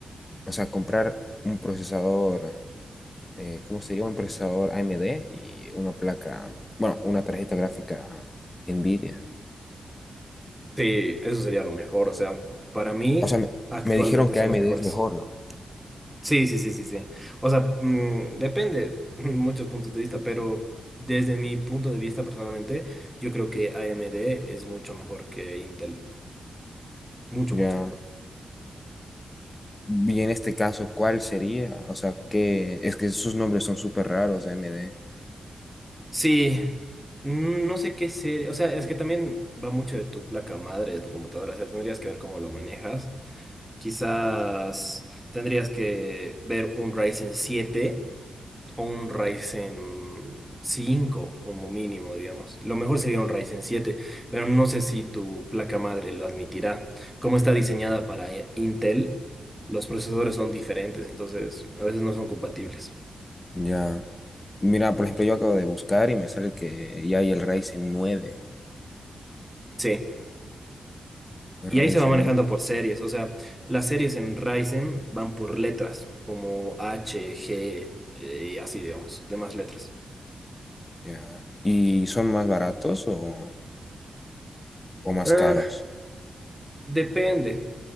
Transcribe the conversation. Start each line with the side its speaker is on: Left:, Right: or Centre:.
Left: o sea, comprar un procesador, eh, ¿cómo sería? Un procesador AMD y una placa, bueno, una tarjeta gráfica Nvidia.
Centre: sí, eso sería lo mejor, o sea, para mí
Left: O sea, me,
Centre: actualmente
Left: me dijeron que
Centre: son
Left: AMD
Centre: los mejores.
Left: es mejor, ¿no?
Centre: Sí, sí, sí, sí, sí. O sea, mm, depende <laughs> muchos puntos de vista, pero desde mi punto de vista personalmente, yo creo que AMD es mucho mejor que Intel. Mucho,
Left: Ya.
Centre: mucho mejor.
Left: Y en este caso, ¿cuál sería? O sea, que es que sus nombres son súper raros de AMD.
Centre: Sí, mm, no sé qué serie. O sea, es que también va mucho de tu placa madre, de tu computadora. O sea, tendrías que ver cómo lo manejas. Quizás tendrías que ver un Ryzen siete. o un Ryzen cinco como mínimo, digamos. Lo mejor sería un Ryzen siete pero no sé si tu placa madre lo admitirá. Como está diseñada para eh, Intel, los procesadores son diferentes, entonces a veces no son compatibles.
Left: Ya. Mira, por ejemplo, yo acabo de buscar y me sale que ya hay el Ryzen nueve.
Centre: Sí,
Left: Ryzen,
Centre: y ahí se va manejando
Left: ¿no?
Centre: por series, o sea, las series en Ryzen van por letras, como H, G, eh, y así, digamos, demás letras.
Left: Ya. ¿Y son más baratos o, o más
Centre: Ah,
Left: caros?
Centre: depende,